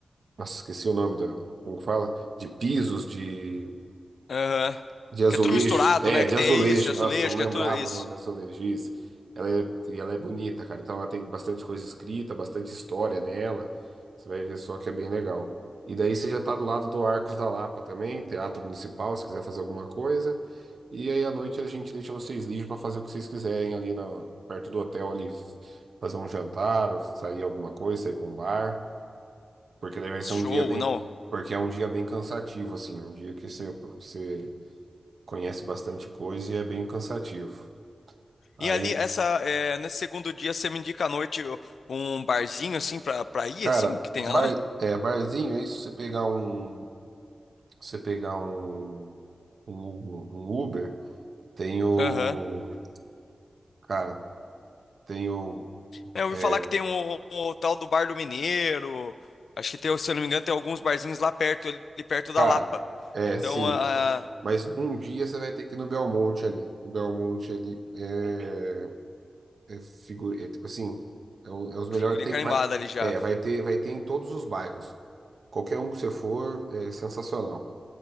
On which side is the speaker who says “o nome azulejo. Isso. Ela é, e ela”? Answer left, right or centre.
Right